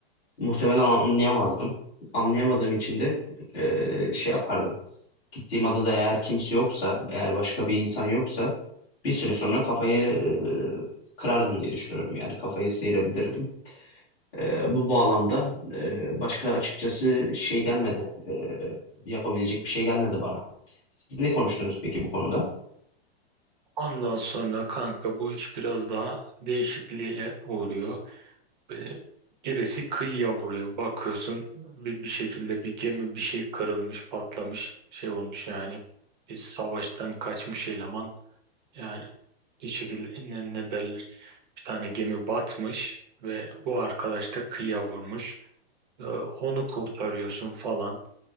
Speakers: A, on the left; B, on the right.
A: Muhtemelen anlayamazdım. Anlayamadığım için de e, şey yapardım. Gittiğim adada eğer kimse yoksa, eğer başka bir insan yoksa bir süre sonra kafayı e, kırardım diye düşünüyorum. Yani kafayı sıyırabilirdim. E, bu bağlamda e, başka açıkçası şey gelmedi. E, yapabilecek bir şey gelmedi bana. Siz ne konuştunuz peki bu konuda?
B: Ondan sonra kanka bu iş biraz daha değişikliğe uğruyor. Böyle birisi kıyıya vuruyor. Bakıyorsun bir, bir şekilde bir gemi bir şey kırılmış, patlamış, şey olmuş yani. Bir savaştan kaçmış eleman. Yani bir şekilde ne, ne derler bir tane gemi batmış ve bu arkadaş da kıyıya vurmuş. Ee, onu kurtarıyorsun falan.